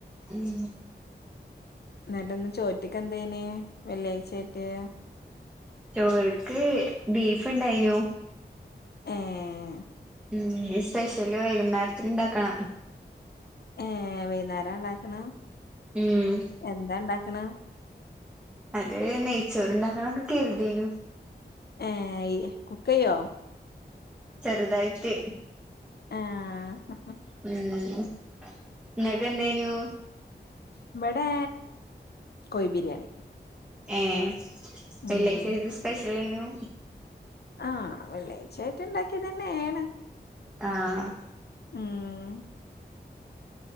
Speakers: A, in the centre; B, on the left.
A: ഉം
B: എന്നിട്ട് ഇന്ന് ചോറ്റക്ക് എന്തേന് വെള്ളിയാഴ്ച ആയിട്ട്
A: ചോർക്ക് ബീഫ് ഉണ്ടായിനു
B: എഹ്
A: ഉം സ്പെഷ്യല് വൈകുന്നേരത്തിന് ഉണ്ടാക്കണം
B: ഉം വൈകുന്നേരം ഉണ്ടാക്കണ
A: ഉം
B: എന്താ ഉണ്ടാക്കണ
A: അത് നെയ്ച്ചോറുണ്ടാക്കണമെന്ന് കരുതിയിനു
B: ഏഹ് കുക്കയോ
A: ചെറുതായിട്ട്
B: ആഹ്
A: ഉം നിങ്ങക്കെന്തേനു
B: ഇവിടെ കോയി ബിരിയാണി
A: ഏഹ്
B: ഉം
A: വെള്ളാഴ് ചായിട്ട് സ്പെഷ്യൽ അയ്നു
B: ആഹ് വെള്ളാഴ്ച ആയിട്ട് ഉണ്ടാക്കിയത് തന്നെയാണ്
A: ആഹ്
B: ഉം